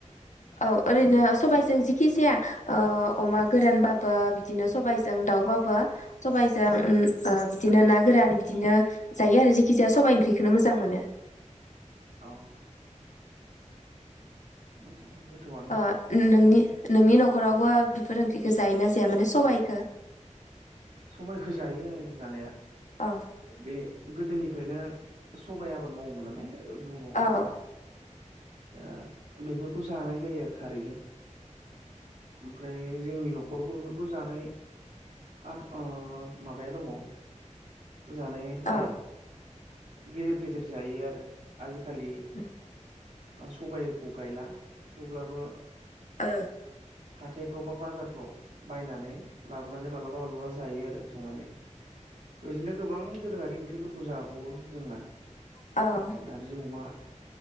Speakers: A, on the left; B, on the right.
A: औ ओरैनो सबबायजों जेखि जाया ओ अमा गोरानबाबो बिदिनो सबाइजों दाउबाबो <unintelligible> सबाइजों
B: उम
A: ओ बिदिनो ना गोरान बिदिनो जायो आरो जेखि जाया सबाइ ओंख्रिखोनो मोजां मोनो,
B: औ, नंगौ गोथौआनो
A: ओ
B: सबाइ
A: नोंनि
B: ओंख्रिया
A: नोंनि न'खरावबो बिफोर ओंख्रिखो जायो ना जाया? माने सबायखो।
B: सबायखौ जायो जानाया।
A: औ
B: बे गोदोनिफ्रायनो सबाय आबाद मावोमोन नालाय बर'
A: औ
B: फोरा। दा बेफोरखौ जानाय जायो आरो खारैजों। ओमफ्राय जोंनि न'खरावबो बेफोरखौ जानाय। आद अ माबाया दंङ जानाय। हुदाया
A: औ
B: गेजेर गेजेर जायो आरो आजिखालि,
A: उम
B: सबायखौ गायला थेवब्लाबो
A: ओ
B: हाथायफ्राव बा बाजारफ्राव बायनानै लाबोनानै मालाबा मालाबा जायो आरो संनानै। बिदिनो गोबां दोरोआरि ओंख्रिफोरखौ जाबावो जोंना
A: औ औ
B: नारजि अमा।